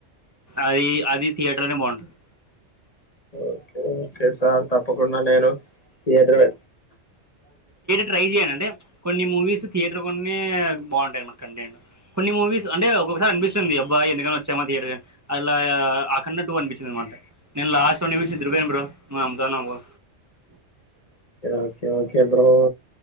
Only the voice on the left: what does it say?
ఓకే ఓకే సార్ తప్పకుండా నేను థియటరే
ఓకే ఓకే బ్రో